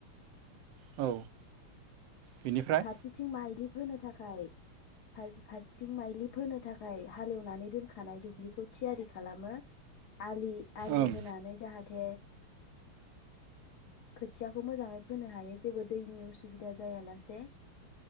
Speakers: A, on the right; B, on the left.
A: औ बेनिफ्राय
B: फारसेथिं माइलि फोनो थाखाय फार फारसेथिं माइलि फोनो थाखाय हालेवनानै दोनखानाय दुब्लिखौ थियारि खालामो। आलि आलि
A: ओं
B: होनानै जाहाथ थे खोथियाखौ मोजाङै फोनो हायो जेबो दैनि उसुबिदा जायालासे से